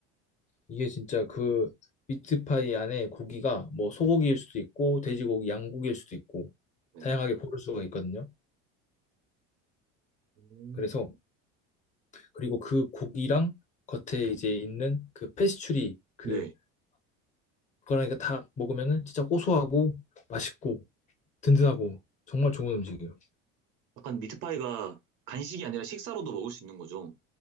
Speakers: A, on the left; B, on the right.
A: 이게 진짜 그 미트파이 안에 고기가 뭐 소고기일 수도 있고 돼지고기, 양고기일 수도 있고
B: 네.
A: 다양하게 고를 수가 있거든요.
B: 음.
A: 그래서 그리고 그 고기랑 겉에 이제 있는 그 페스츄리 그
B: 네.
A: 그러니까 다 먹으면은 진짜 고소하고 맛있고 든든하고 정말 좋은 음식이에요.
B: 약간 미트파이가 간식이 아니라 식사로도 먹을 수 있는 거죠.